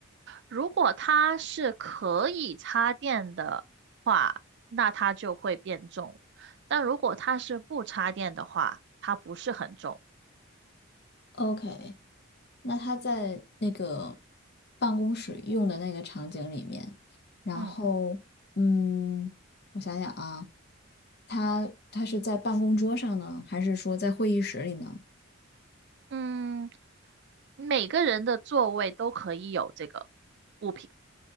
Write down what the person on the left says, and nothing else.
？OK，那它在那个办公室用的那个场景里面，然后嗯，
我想想啊，它它是在办公桌上呢，还是说在会议室里呢？